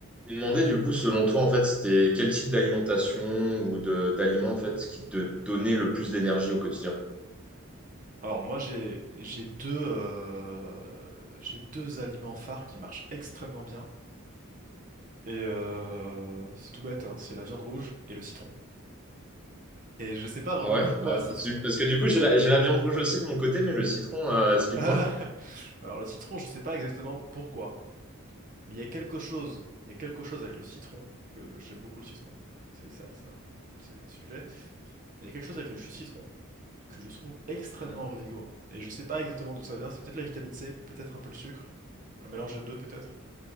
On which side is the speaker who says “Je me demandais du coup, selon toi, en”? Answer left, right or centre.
Centre